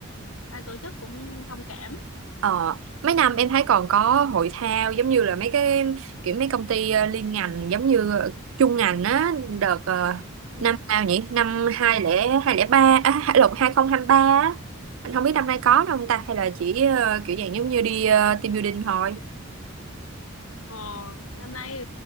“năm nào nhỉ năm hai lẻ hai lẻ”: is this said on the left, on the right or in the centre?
Right